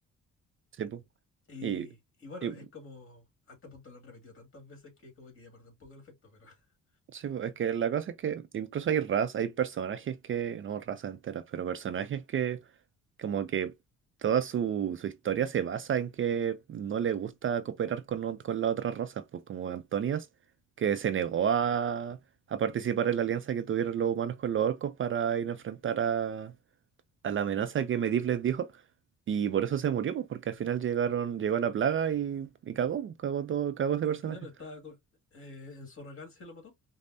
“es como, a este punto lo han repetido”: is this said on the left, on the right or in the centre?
Left